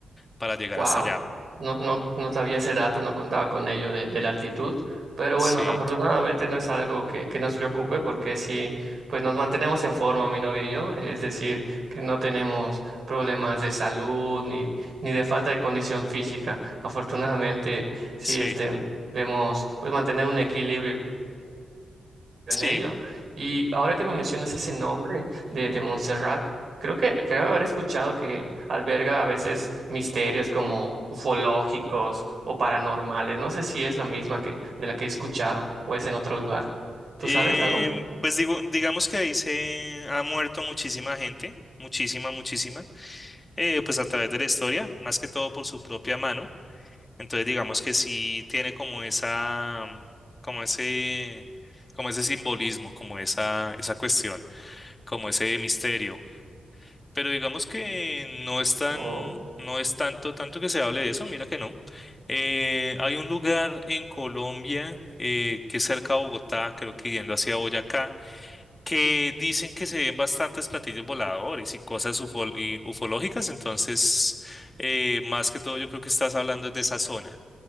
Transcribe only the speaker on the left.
para llegar
hasta allá.
Sí,
sí,
sí.
Em,
pues digo, digamos que ahí se ha muerto muchísima gente, muchísima, muchísima, eh, pues a través de la historia, más que todo por su propia mano. Entonces digamos que sí tiene como esa, como ese, como ese simbolismo, como esa, esa cuestión, como ese misterio. Pero digamos que no es tan,
no es tanto, tanto que se hable de eso, mira que no. Eh, hay un lugar en Colombia eh, que es cerca de Bogotá, creo que yendo hacia Boyacá, que dicen que se ven bastantes platillos voladores y cosas ufo- y ufológicas, entonces eh, más que todo yo creo que estás hablando de esa zona.